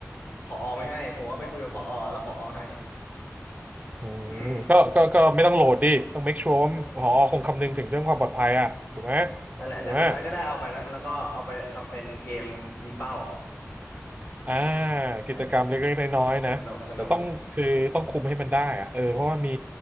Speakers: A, on the left (about 45°); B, on the right (about 30°).
A: ผอไม่ให้ผมก็ไปคุยกับผอแล้วผอให้
B: อืมก็ก็ก็ไม่ต้องโหลดดิต้อง
A: <laughs> อืม
B: make sure ว่าผอคงคำนึงถึงเรื่องความปลอดภัยอ่ะถูกไหม
A: นั่นแหละแต่สุดท้ายก็ได้เอาไปนะแล้วก็เอาไปทำเป็นเกมยิงเป้า
B: ถูกไหม อ่า
A: นั่นแหละ
B: กิจกรรมเล็กๆน้อยๆนะแต่ต้องคือต้องคุมให้มันได้อะเออเพราะว่ามี
A: สนุกสนุก